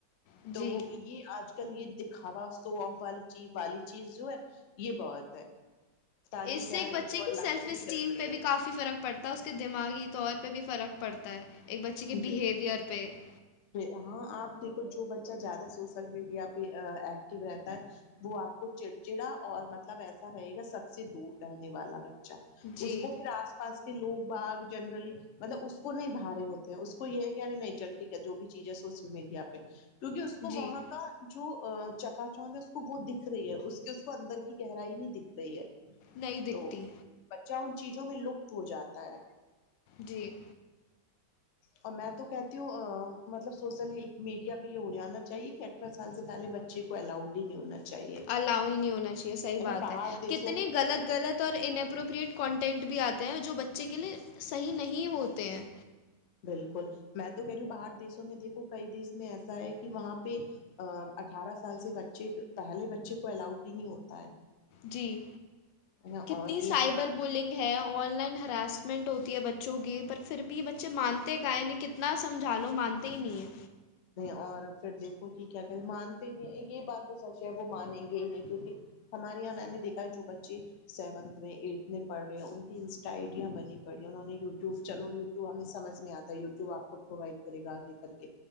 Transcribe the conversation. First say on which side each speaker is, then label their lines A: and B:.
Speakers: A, on the left (about 80°); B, on the left (about 55°).
A: جی
B: تو وہ یہ آج کل یہ دکھاوا سو احوال چی والی چیز جو ہے یہ بہت ہے پتا نہیں
A: اس سے
B: کیا
A: ایک
B: ہے
A: بچے
B: کو اللہ
A: کی سیلف
B: سے نہیں
A: اسٹیم
B: ڈر رہے
A: پہ بھی کافی فرق پڑتا ہے اس کے دماغی طور پہ بھی فرق پڑتا ہے ایک بچے کے
B: ہیں
A: بہیویئر پہ <inaudible>
B: ہاں آپ دیکھو جو بچہ زیادہ سوشل میڈیا پہ ایکٹیو رہتا ہے وہ آپ کو چڑچڑا اور مطلب ایسا رہے گا سب سے دور رہنے والا بچہ اچ
A: جی
B: اس کو پھر آس پاس کے لوگ باگ جنرلی مطلب اس کو نہیں بھارے ہوتے ہیں اس کو یہ کہے نہیں چلتے ٹھیک ہے جو بھی چیز ہے سوشل میڈیا پہ کیونکہ اس کو
A: جی
B: وہاں کا جو چکا چوند ہے اس کو وہ دکھ رہی ہے اس کے اس کو اندر کی گہرائی نہیں دکھ رہی ہے
A: نہیں دکھتی
B: تو بچہ ان چیزوں میں لپت ہو جاتا ہے
A: جی
B: اور میں تو کہتی ہوں ا مطلب سوسل میڈیا پہ یہ ہو جانا چاہیے کہ اٹھارہ سال سے پہلے بچے کو الاؤڈ ہی نہیں ہونا چاہیے
A: الاؤ ہی نہیں ہونا چاہیے صحیح بات
B: نا باہر
A: ہے
B: دیسوں
A: کتنی
B: میں
A: غلط
B: دیکھو
A: غلط اور انپروپریٹ کانٹینٹ بھی آتے ہیں جو بچے کے لیے صحیح نہیں ہوتے ہیں
B: بالکل میں تو کہہ رہی ہ باہر دیسوں میں دیکھو کئی دیس میں ایسا ہے کہ وہاں پہ ا اٹھارہ سال سے بچے پہلے بچے کو الاؤڈ ہی نہیں ہوتا ہے
A: جی
B: ہے نا. اور
A: کتنی
B: یہ
A: سائبر
B: ہمارا
A: بلنگ ہے آن لائن ہراسمنٹ ہوتی ہے بچے گے پر پھر بھی یہ بچے مانتے ہیں کائ نے کتنا سمجھ لو مانتے ت نہیں
B: اور پھر دیکھو کہ کیا کہتے ہیں مانتے ہی نہیں یہ بات تو سچ ہے وہ مانیں گے ہی نہیں کیونکہ ہمارے یہاں میں نے دیکا ہے جو بچے سیونتھ میں ایٹتھ میں پڑھ رہے ہیں ان کی انسٹا آئیڈیاں بنی پڑی ہیں انہوں نے یوٹیوب چلو یوٹیوب ہمیں سمجھ میں آتا ہے یوٹیوب آپ کو پرووائڈ کرے گا آگے کر کے